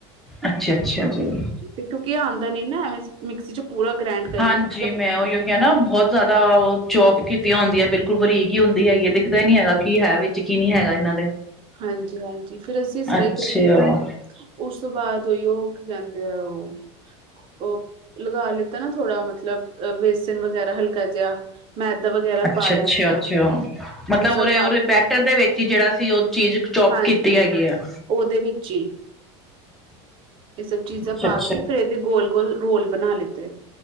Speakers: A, in the centre; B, on the right (about 35°).
A: ਅੱਛਾ ਅੱਛਾ ਜੀ।
B: ਫੇਰ ਕਿਉਂਕਿ ਇਹ ਆਉਂਦਾ ਨਹੀਂ ਨਾ ਐਵੇਂ ਮਿਕਸੀ 'ਚ ਪੂਰਾ ਗ੍ਰੈਂਡ। ਕਰਕੇ
A: ਹਾਂਜੀ
B: ਨਾ ਇੱਕਦਮ
A: ਮੈਂ ਉਹੀ ਉਹ। ਉਹੀ ਨਾ ਬਹੁਤ ਜ਼ਿਆਦਾ ਉਹ ਚੋਪ ਕੀਤੀਆਂ ਹੁੰਦੀਆਂ ਬਿਲਕੁਲ ਬਰੀਕ ਹੀ ਹੁੰਦੀ ਹੈਗੀ ਹੈ ਦਿਖਦਾ ਹੀ ਨੀ ਹੈਗਾ ਕੀ ਹੈ ਵੀ। ਯਕੀਨ ਨਹੀਂ ਹੈਗਾ ਇਹਨਾਂ ਦੇ।
B: ਹਾਂਜੀ ਹਾਂਜੀ ਫੇਰ ਅਸੀਂ ਇਸ ਤਰ੍ਹਾਂ
A: ਅੱਛਾ
B: ਹੀ ਕਰ ਲੈਂਦੇ ਹਾਂ। ਉਸ ਤੋਂ ਬਾਅਦ ਉਹੀ ਕਿ ਕਹਿੰਦੇ ਆ ਉਹ। ਉਹ ਲਗਾ ਲਿੱਤਾ ਨਾ ਥੋੜਾ ਮਤਲਬ ਬੇਸਨ ਵਗੈਰਾ ਹਲਕਾ ਜਿਹਾ। ਮੈਦਾ ਵਗੈਰਾ।
A: ਅੱਛਾ
B: ਪਾ ਲੈਂਦੇ
A: ਅੱਛਾ ਅੱਛਾ
B: ਆ
A: ਮਤਲਬ
B: ਉਹ ਸਭ
A: ਉਰੇ
B: ਪਾ
A: ਉਹਦੇ
B: ਕੇ
A: ਬੈਟਰ ਦੇ ਵਿੱਚ ਹੀ ਜਿਹੜਾ ਸੀ ਉਹ ਚੀਜ਼। ਚੌਪ
B: ਹਾਂਜੀ
A: ਕੀਤੀ ਹੈਗੀ ਆ।
B: ਉਹਦੇ ਵਿੱਚ ਹੀ ਇਹ ਸਭ ਚੀਜ਼ਾਂ
A: ਅੱਛਾ
B: ਪਾ
A: ਅੱਛਾ
B: ਕੇ ਫੇਰ ਇਹਦੇ ਗੋਲ। ਬਿਲਕੁਲ ਰੋਲ ਬਣਾ ਲਿੱਤੇ